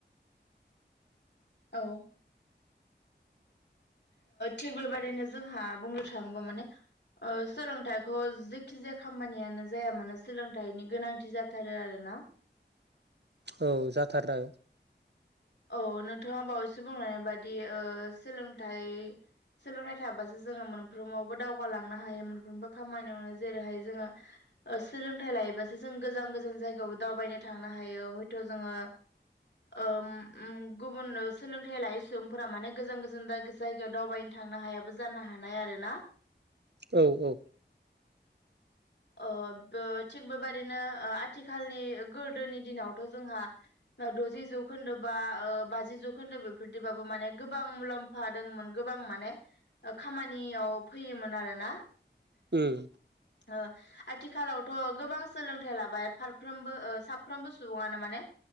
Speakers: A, on the left; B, on the right.
A: औ थिग बेबादिनो जोंहा बुंनो थाङोबा माने ओ सोलोंथाइखौ जेखिजाया खामानियानो जाया मानो सोलोंथाइनि गोनांथि जाथारो आरोना ना
B: औ जाथार <unintelligible>
A: औ नोंथाङा बावैसो बुंनाय बादि ओ सोलोंथाइ सोलोंथाइ थाबासो जोङो मोनफ्रोमावबो दावगालांनो हायो मोनफ्रोमबो खामानियावनो जेरैहाय जोङो सोलोंथाइ लायोबासो जों गोजान गोजान जायगायावबो दावबायनो थांनो हायो हयथ' जोङो ओम उम गुबुन सोलोंथाइ लायै सुबुंफोरा माने गोजान गोजान जायगायाव दावबायनो थांनो हायाबो जानो हा हानाय आरो ना
B: औ औ
A: ओ बो थिग बेबादिनो ओ आथिखालनि गोदोनि दिनावथ' जोंहा द'जि जौखोन्दो बा बाजि जौखोन्दो बेफोरदिबाबो माने गोबां मुलाम्फा दंमोन गोबां गोबां माने खामानियाव फैयोमोन आरोना
B: उम
A: ओ आथिखालावथ' गोबां सोलोंथाइ लाबाय फारफ्रोमबो ओ साफ्रोमबो सुबुङानो माने